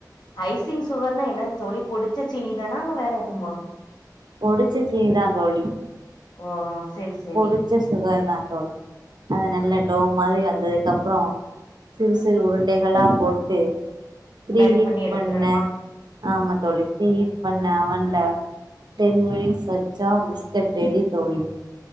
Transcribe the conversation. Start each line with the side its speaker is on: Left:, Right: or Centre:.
Left: ஐசிங் சுகர்னா என்னது தோழி பொடிச்ச சீனிதானா வேற எதுமா
Right: பொடிச்ச சீனிதான் தோழி
Left: ஓ செரி செரி
Right: பொடிச்ச சுகர்தா அத நல்லா டோ மாதிரி வந்ததுக்கு அப்புறம் சிறு சிறு உருண்டைகளா போட்டு ப்ரீஹீட்
Left: பேக் பண்ணி எடுத்தரனுமா
Right: பண்ணே ஆமா தோழி பீரிஹீட் பண்ண அவன்ல டென் மினிட்ஸ் வச்சா பிஸ்கேட் ரெடி தோழி